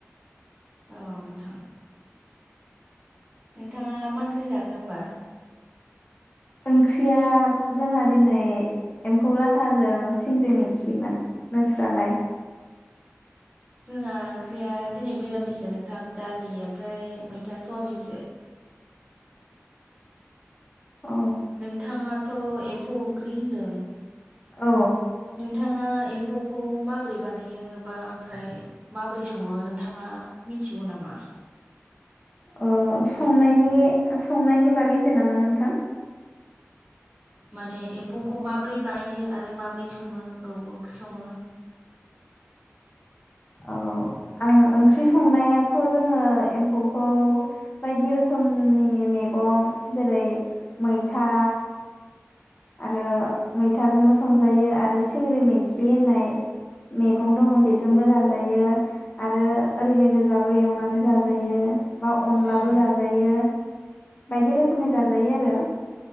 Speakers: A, on the right (about 30°); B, on the left (about 35°).
A: औ नोंथां। नोंथांआ मा ओंख्रि जाखो होनोमबा?
B: ओंख्रिया जोंहा दिनै एम्फौ लाथाजों सिंग्रिमैखिमोन। नोंस्रालाय?
A: जोंहा ओंख्रिया दिनै मिरामिससो नोंथां दालि ओमफ्राय मैथा सयाबिनसो।
B: औ
A: नोंथांआ थ' एम्फौ ओंख्रि होन्दों।
B: औ।
A: नोंथांआ एम्फौखौ माबोरै बानायो बा ओमफ्राय माबोरै संङो नोंथांआ मिथिगौ नामा?
B: अ' संनायनि-संनायनि बागै होनदों नामा नोंथां?
A: माने एम्फौखौ माब्रै बायो आरो माब्रै संङो औ ओंख्रि संङो।
B: औ आं ओंख्रि संनायाथ' जोंङो एम्फौखौ बायदि रोखोमनि मैगं जेरै मैथा आरो मैथाजोंबो संजायो आरो सिंग्रि मैखि होननाय मैगं दंङ बेजोंबो जाजायो आरो ओरैनो गोजाबो एवनानै जाजायो। बा अनलाबो
A: औ
B: जाजायो। बायदि रोखोमै जाजायो आरो